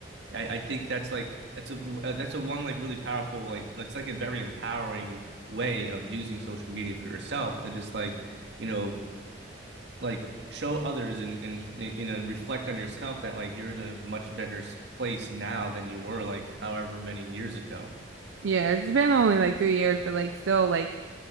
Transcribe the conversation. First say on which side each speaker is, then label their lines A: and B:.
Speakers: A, on the right; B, on the right.
A: I I think that's like that's a uh, that's a one like really powerful like it's like a very empowering way of using social media for yourself to just like you know like show others and and you know reflect on yourself that like you're in a much better s- place now than you were like however many years ago.
B: Yeah, it's been only like three years, but like still like